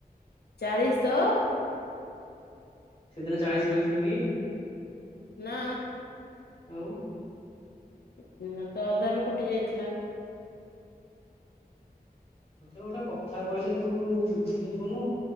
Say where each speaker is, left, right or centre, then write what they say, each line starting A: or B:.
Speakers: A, on the left (about 85°); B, on the left (about 40°).
A: ଚାଳିଶ ତ?
B: ସେଦିନ ଚାଳିଶି ରହିଥିଲୁ କି?
A: ନା।
B: ଆଉ?
A: ସେଦିନ ତ ଅଧାରୁ କଟି ଯାଇଥିଲା।
B: ତତେ ଗୋଟେ କଥା କହିଲେ ତୁ ବୁଝିପାରିବୁନୁ।